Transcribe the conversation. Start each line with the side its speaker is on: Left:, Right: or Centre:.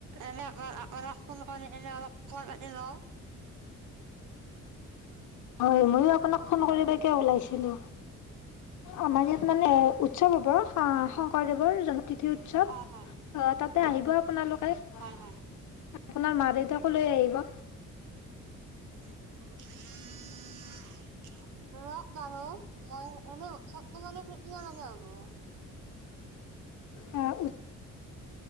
Right: এনোৰ আপাক ফোন কৰি কিনে অলপ খবৰ পাতি লওঁ।
Left: হয় ময়ো আপোনাক ফোন কৰিব কে ওলাইছিলো। আমাৰ ইয়াত মানে- উৎসৱ হ'ব
Right: হয় হয়
Left: শংকৰদেৱৰ জন তিথি উৎসৱ।
Right: অ হয়
Left: তাতে
Right: হয়
Left: আহিব আপোনালোকে আপোনাৰ
Right: হয় হয়।
Left: মা দেউতাকো লৈ আহিব।
Right: <unintelligible> <unintelligible> <unintelligible> মই এনে উৎসৱটো মানে কেতিয়া মানে হ'ব।
Left: আহ